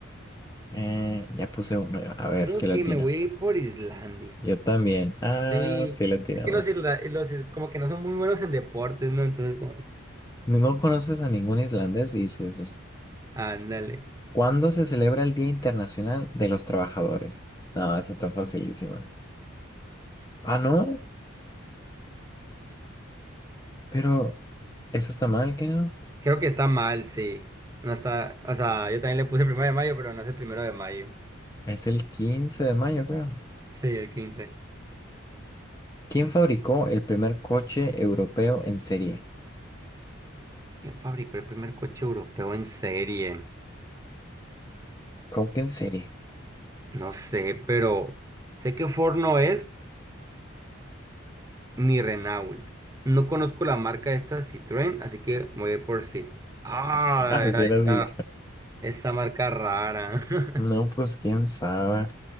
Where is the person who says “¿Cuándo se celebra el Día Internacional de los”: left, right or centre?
Left